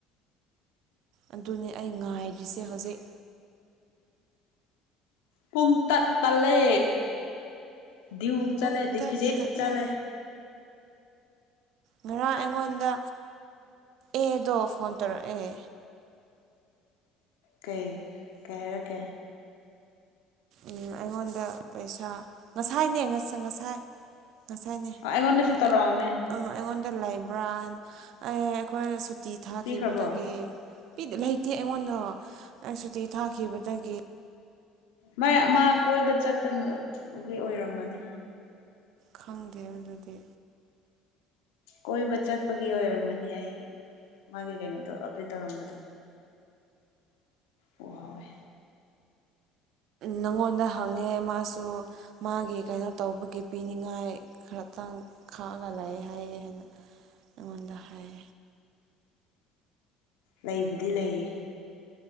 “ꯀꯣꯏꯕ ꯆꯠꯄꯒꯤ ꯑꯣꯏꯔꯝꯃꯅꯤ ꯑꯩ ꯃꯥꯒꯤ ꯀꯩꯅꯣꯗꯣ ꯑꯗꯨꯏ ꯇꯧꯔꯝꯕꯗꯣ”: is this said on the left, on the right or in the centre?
Left